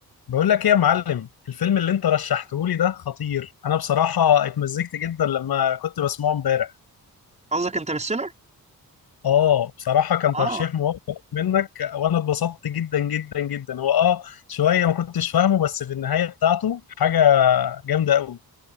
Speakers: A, on the left; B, on the right.
A: بقول لك ايه يا معلم الفيلم اللي انت رشحته لي ده خطير انا بصراحة اتمزجت جدا لما كنت بسمعه امبارح
B: قصدك انترستيلر؟
A: اه بصراحة كان
B: اه
A: ترشيح موفق منك وانا اتبسطت جدا جدا جدا هو اه شوية ما كنتش فاهمه بس في النهاية بتاعته حاجة جامدة قوي